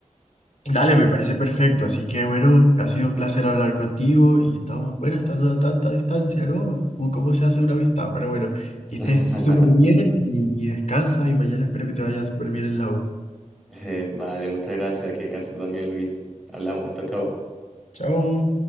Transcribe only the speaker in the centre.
<laughs>
Eh, vale, muchas gracias. Que descanses tú también, Luis. Hablamos. Chao, chao.